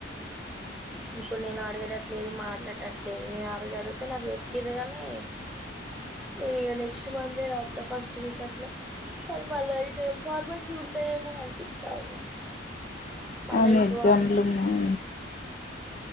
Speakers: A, in the centre; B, on the left (about 40°).
A: ఇప్పుడు నేను అడిగేటట్లేదు మాట్లాడటట్లేదు నేను ఆ రోజు అడిగితే నాకు పెట్టిర్రు గానీ నేను ఇగ నెక్స్ట్ మంతే రాత్త ఫస్ట్ వీక్ అట్లా కానీ మళ్ళా ఇటు ఏం ఫార్మసీ ఉంటాయేమో అనిపిత్తాంది మళ్ళా
B: అన్ని
A: ఇటు
B: ఎగ్జామ్లు
A: వాడ
B: ఉన్నాయి